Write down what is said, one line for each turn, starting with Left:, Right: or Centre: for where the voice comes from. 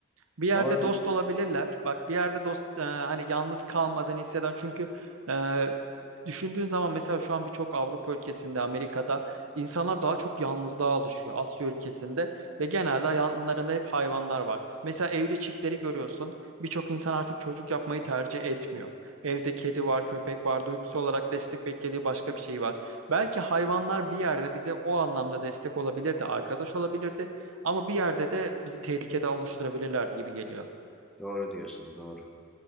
Right: Bir yerde
Centre: Ama
Right: dost olabilirler. Bak bir yerde dost e, hani yalnız kalmadığını hisseden çünkü e, düşündüğün zaman mesela şu an birçok Avrupa ülkesinde, Amerika'da insanlar daha çok yalnızlığa alışıyor Asya ülkesinde ve genelde yanlarında hep hayvanlar var. Mesela evli çiftleri görüyorsun. Birçok insan artık çocuk yapmayı tercih etmiyor. Evde kedi var, köpek var. Duygusu olarak destek beklediği başka bir şey var. Belki hayvanlar bir yerde bize o anlamda destek olabilirdi, arkadaş olabilirdi. Ama bir yerde de bizi tehlikede oluşturabilirlerdi gibi geliyor.
Centre: doğru diyorsun, doğru.